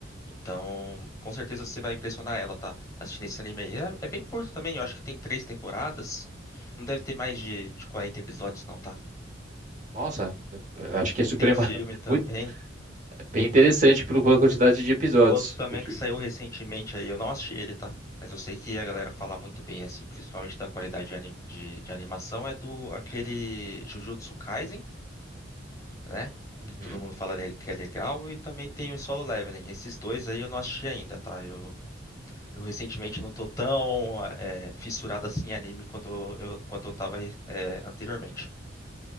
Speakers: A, on the left; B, on the right.
A: Então, com certeza você vai impressionar ela, tá? Assistindo esse anime aí. É, é bem curto também, eu acho que tem três temporadas. Não deve ter mais de, de 40 episódios, não, tá?
B: Nossa, eu acho que é suprema,
A: Tem um filme
B: <laughs>
A: também.
B: muito, bem interessante pelo- pela quantidade de episódios.
A: Um outro também
B: Porque...
A: que saiu recentemente aí, eu não assisti ele, tá? Mas eu sei que a galera fala muito bem, assim, principalmente da qualidade de, ani- de- de animação, é do aquele Jujutsu Kaisen, né?
B: Uhum.
A: Que todo mundo fala le- que é legal, e também tem o Solo Leveling. Esses dois aí eu não assisti ainda, tá? Eu, eu recentemente não tô tão é, fissurado assim em anime quando eu, eu- quanto eu tava é, anteriormente.